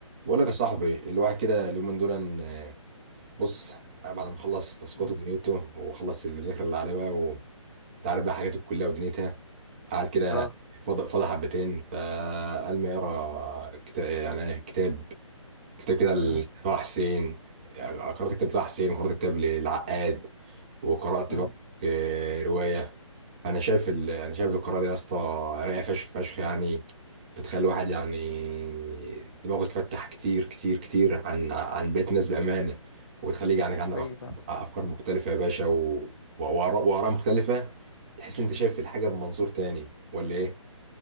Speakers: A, on the right; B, on the left.
A: بقول لك يا صاحبي الواحد كده اليومين دول إن- آه، بص آه، بعد ما اخلص تاسكاته
B: مم.
A: ودنيته واخلص المذاكره اللي عليه بقى وانت عارف بقى حاجات الكليه ودنيتها قاعد كده
B: اه
A: فاضي فاضي حبتين فقال ما اقرا كتاب يعني إيه، كتاب كتاب كده لطه
B: مم.
A: حسين آه، قرأت كتاب طه حسين وقرأت كتاب للعقاد وقرأت
B: مم.
A: برضك آه، رواية أنا شايف ال... أنا شايف القراءة دي يا اسطى رايقة فشخ فشخ يعني بتخلي الواحد يعني دماغه يتفتح كتير كتير كتير عن عن بقية الناس بأمانة وتخليك يعني عندك
B: حقيقي
A: أفكار
B: فعلا.
A: أفكار مختلفة يا باشا و... وآراء وآراء مختلفة تحس أنت شايف الحاجة بمنظور تاني ولا إيه؟